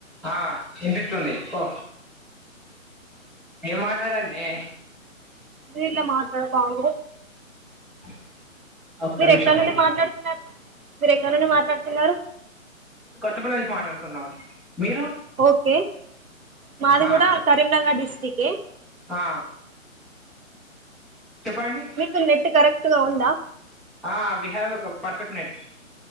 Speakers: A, in the centre; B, on the right.
A: హా ఇనిపిస్తుంది ఓ ఏం మాట్లాడాలనే.
B: నేనే మాట్లాడతా ఆగు
A: <inaudible>
B: మీరు
A: నిమిషం
B: ఎక్కడ నుండి మాట్లాడుతున్నారు మీర ఎక్క నుండి మాట్లాడుతున్నారు
A: సిమ్ లోంచి మాట్లాడుతున్నాం మీరు
B: ఓకే మాది
A: ఆ
B: కూడా కరీంనగర్ డిస్టిక్ ఏ
A: ఆ చెప్పండి
B: మీకు నెట్ కరెక్ట్ అట్టుగా ఉందా
A: ఆ we have a perfect net